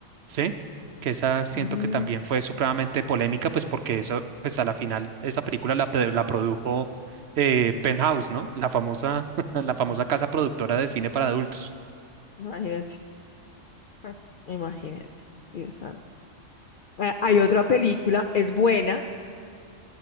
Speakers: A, on the right (about 65°); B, on the left (about 60°).
A: ¿sí? Que esa siento
B: Mm,
A: que también fue supremamente polémica, pues porque eso, pues a la final, esa película la, pe- la produjo eh, Penthouse, ¿no? La famosa, <laughs> la famosa casa productora de cine para adultos.
B: imagínate, ah, imagínate, Dios santo. Ah, Hay otra película, es buena,